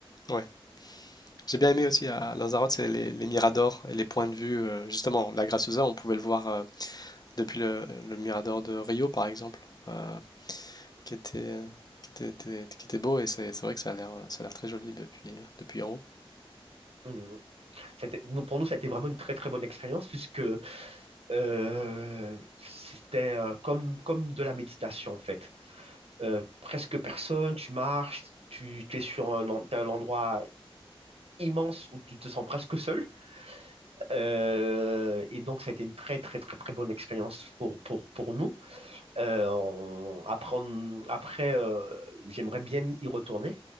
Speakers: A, on the left; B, on the right.
A: Ouais. J'ai bien aimé aussi à Lanzarote, c'est les, les miradors et les points de vue. euh, justement, la Graciosa, on pouvait le voir. euh, Depuis le, le Mirador de Rio, par exemple, euh, qui était, qui était, était- qui était beau, et c'est c'est vrai que ça a l'air, ça a l'air très joli depuis, depuis en haut.
B: Mhm. C'était- nous, Pour nous, ça a été vraiment une très très bonne expérience puisque euh, c'était euh, comme, comme de la méditation en fait. Euh, presque personne, tu marches, tu, tu es sur un, en- t'as un endroit immense où tu te sens presque seul. Euh, et donc, ça a été une très très très très bonne expérience pour, pour, pour nous. Euh, on- après, on- après, euh, j'aimerais bien y retourner.